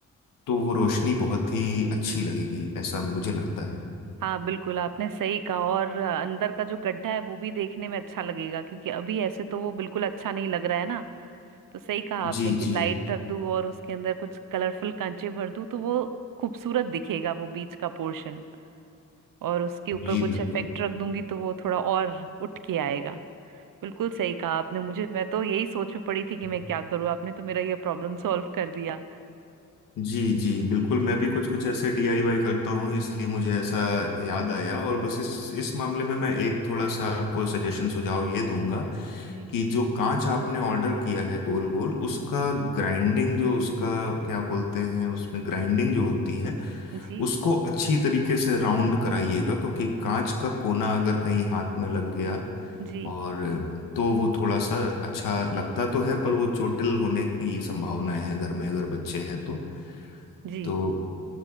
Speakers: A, on the left (about 80°); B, on the right (about 80°).
A: तो वो रोशनी बहुत ही अच्छी लगेगी ऐसा मुझे लगता है
B: हाँ बिल्कुल आपने सही कहा और अ, अंदर का जो गड्ढा है वो भी देखने में अच्छा लगेगा क्योंकि अभी ऐसे तो वो बिल्कुल अच्छा नहीं लग रहा है ना तो सही कहा
A: जी
B: आपने कि
A: जी
B: लाइट रख दूं और उसके अंदर कुछ कलरफुल कांचे भर दूं तो वो खूबसूरत दिखेगा वो बीच का पोर्शन और उसके ऊपर
A: जी
B: कुछ
A: बिल्कुल
B: इफेक्ट रख दूंगी तो वो थोड़ा और उठ के आएगा बिल्कुल सही कहा आपने मुझे मैं तो यही सोच में पड़ी थी कि
A: जी
B: मैं क्या करूं आपने तो मेरा ये प्रॉब्लम सॉल्व कर दिया
A: जी जी बिल्कुल मैं भी कुछ कुछ ऐसे डीआईवाई करता हूँ इसलिए मुझे ऐसा याद आया और बस इस इस मामले में मैं एक थोड़ा सा आपको सजेशन सुझाव ये दूंगा
B: जी
A: कि जो कांच आपने ऑर्डर किया है गोल गोल उसका ग्राइंडिंग जो उसका क्या बोलते हैं उसमें ग्राइंडिंग जो होती है
B: जी
A: उसको अच्छी तरीके से राउंड कराइएगा क्योंकि कांच का कोना अगर कहीं हाथ में लग गया
B: जी
A: और तो वो थोड़ा सा अच्छा लगता तो है पर वो चोटिल होने की संभावनाएं हैं घर में अगर बच्चे हैं तो
B: जी
A: तो